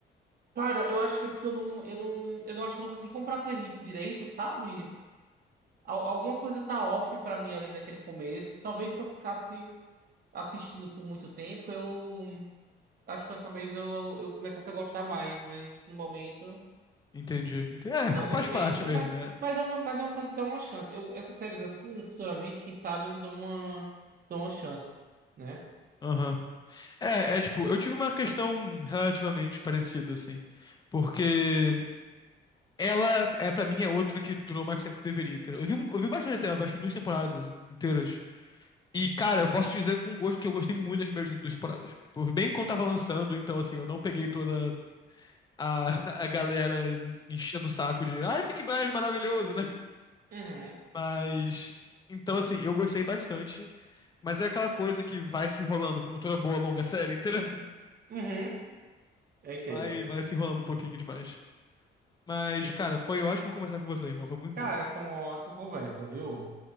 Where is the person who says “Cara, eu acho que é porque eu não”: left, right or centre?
Right